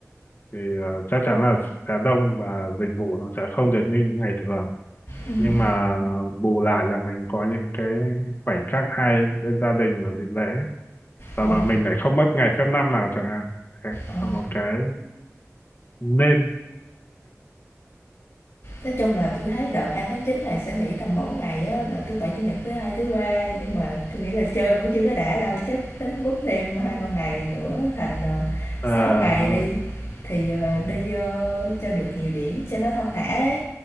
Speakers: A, on the left; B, on the left.
A: Thì à, chắc chắn là sẽ đông và dịch vụ nó sẽ không được như những ngày thường.
B: Ừm,
A: Nhưng mà bù lại là mình có những cái khoảnh khắc hay bên gia đình vào dịp lễ và
B: ờ,
A: mà mình lại không mất ngày phép năm nào chẳng hạn Đấy
B: ờ,
A: là một cái nên
B: nói chung là tôi thấy đợt hai tháng chín này sẽ nghỉ tầm 4 ngày á, là thứ Bảy, Chủ nhật, thứ Hai, thứ Ba, nhưng mà tôi nghĩ là chơi vẫn chưa có đã đâu, chắc tính bút thêm hai ba ngày nữa thành, ờ,
A: ờ
B: 6 ngày
A: ha,
B: đi, thì, ờ, đi, ơ, cho được nhiều điểm cho nó thông thả ấy.